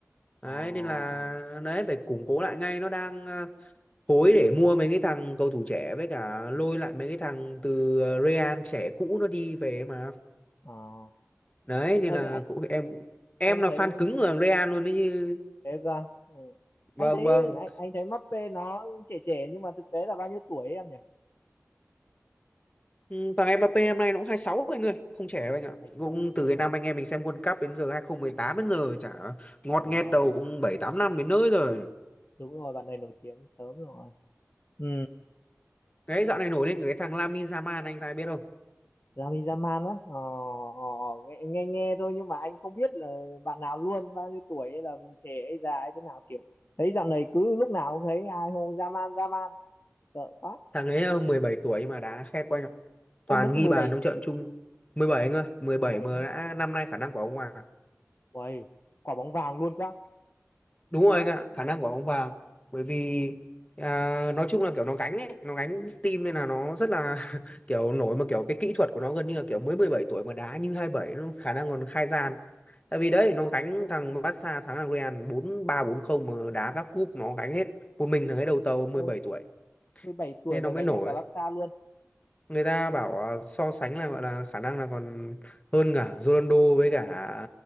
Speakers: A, on the left; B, on the left.
A: đấy
B: Ờ, ờ,
A: nên là đấy phải củng cố lại ngay nó đang ờ, hối để mua mấy cái thằng cầu thủ trẻ với cả lôi lại mấy cái thằng từ ờ, Real trẻ cũ nó đi về mà
B: ờ, ờ.
A: đấy nên
B: Ờ,
A: là
B: thế anh
A: cũng em em
B: anh
A: là
B: thấy
A: fan cứng của thằng Real luôn đấy chứ
B: thế cơ ừ.
A: vâng
B: anh thấy
A: vâng
B: anh anh thấy Mbappé nó trẻ trẻ nhưng mà thực tế là bao nhiêu tuổi ấy em nhỉ
A: Ừ, thằng Mbappé năm nay nó cũng hai sáu anh ơi không trẻ đâu anh ạ
B: Hai sáu
A: cũng
B: à?
A: từ
B: Hai
A: cái
B: sáu.
A: năm anh em mình xem World Cup đến giờ 2018 đến giờ chả ngọt
B: à
A: nghẹt đầu cũng bảy tám năm đến nơi rồi
B: đúng rồi bạn này nổi tiếng sớm rồi ừ
A: cái dạo này nổi lên cái thằng Lamine Yamal anh ra biết không
B: Lamine Yamal á ờ, ờ, ờ, nghe, nghe nghe thôi nhưng mà anh không biết là bạn nào luôn bao nhiêu tuổi hay là trẻ hay già hay thế nào kiểu thấy dạo này cứ lúc nào cũng thấy ai hô Yamal Yamal sợ quá
A: thằng ấy ờ, 17 tuổi nhưng mà đá khét quá anh ạ toàn
B: ôi mới
A: ghi
B: có mười
A: bàn
B: bảy,
A: trong trận chung mười bảy anh ơi mười
B: mười
A: bảy
B: bảy
A: mà
B: thôi
A: đã năm nay
B: wow.
A: khả năng của ông mà
B: Uầy, quả bóng vàng luôn quá
A: đúng rồi
B: vậy
A: anh ạ khả năng của ông vào bởi vì à, nói chung là kiểu nó gánh ấy nó gánh team nên là nó rất là <laughs> kiểu nổi mà kiểu cái kỹ thuật của nó gần như là kiểu mới 17 tuổi mà đá như hai mươi bảy nó khả năng còn khai gian tại vì đấy nó gánh
B: Thế á.
A: thằng Barca thắng thằng Real bốn ba bốn không mà đá các cúp nó gánh hết một mình thằng ấy đầu tàu mười
B: ôi
A: bảy tuổi
B: 17 tuổi
A: nên
B: mà
A: nó mới
B: gánh
A: nổi
B: được cả Barca luôn
A: người ta bảo à, so sánh là gọi là khả năng là còn hơn cả Ronaldo với cả